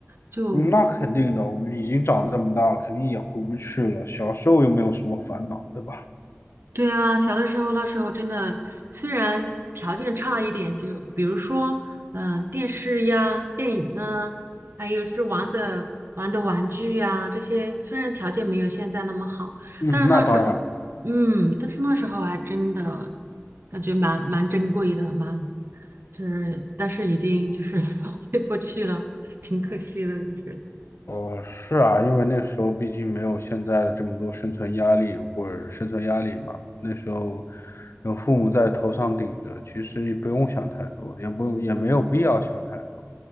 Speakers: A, on the right; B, on the left.
A: 就
B: 嗯那肯定的，我们已经长这么大，肯定也回不去了。小时候又没有什么烦恼，对吧？
A: 对啊，小的时候那时候真的，虽然条件差一点，就比如说，嗯、电视呀、电影啊，还有是玩的玩的玩具呀，这些虽然条件没有现在那么好，
B: 嗯，
A: 但是那时候，
B: 那当然，
A: 嗯，但是那时候还真的感觉蛮蛮珍贵的，蛮就是，但是已经就是 <laughs> 回不去了，挺可惜的，就是，
B: 哦，是啊，因为那时候毕竟没有现在的这么多生存压力或者生存压力嘛，那时候有父母在头上顶着，其实也不用想太多，也不也没有必要想太多。